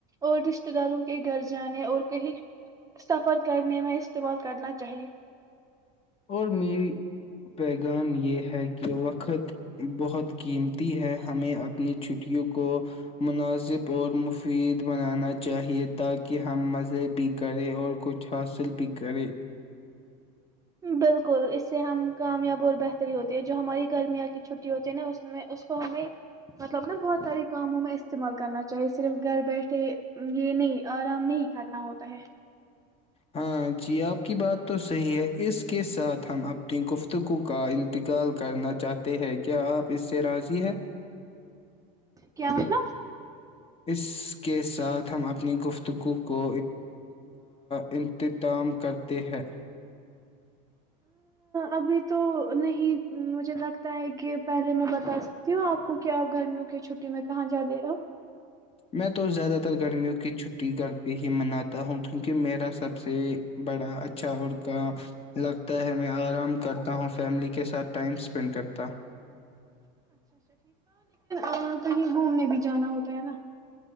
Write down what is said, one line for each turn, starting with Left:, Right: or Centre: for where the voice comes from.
Right: اور رت داروں کے گھر جانے اور <unintelligible> سفر کرنے میں استعمال کرنا چاہیئے
Left: اور میرری پیغام یہ ہے کہ وقت بہت قیمتی ہے ہمیں اپنی چھٹیوں کو مناسب اور مفید بنانا چاہیئے تاکہ ہم مزے بھی کریں اور کچھ حاصل بھی کریں
Right: بالکل اس سے ہم کامیاب اور بہتری ہوتی ہے جو ہماری گرمیا کی چھٹی ہوتی ہے نا اس میں اس کو ہمیں مطلب نا بہت سارے کاموں میں استعمال کرنا چاہیے صرف گھر بیٹھے یہ نہیں آرام نہیں کرنا ہوتا ہے
Left: ہاں جی آپ کی بات تو صحیح ہے اس کے ساتھ ہم اپنی گفتگو کا ان انتقال کرنا چاہتے ہیں کیا آپ اس سے راضی ہیں؟
Right: کیا ہوتا
Left: اس کے ساتھ ہم اپنی گفتگو کو انتتام کرتے ہیں
Right: ابھی تو نہیں مجھے لگتا ہے کہ پہلے میں بتا سکتی ہوں آپ کو کہ آپ گرمیوں کی چھٹی میں کہاں جا لے گ
Left: میں تو زیادہ تر گرمیوں کی چھٹی گھر پہ ہی مناتا ہوں کیونکہ میرا سب سے بڑا اچھا اور کا لگتا ہے میں آرام کرتا ہوں فیملی کے ساتھ ٹائم اسپینڈ کرتا ہوں
Right: آ کہیں گھومنے بھی جانا ہوتا ہے نا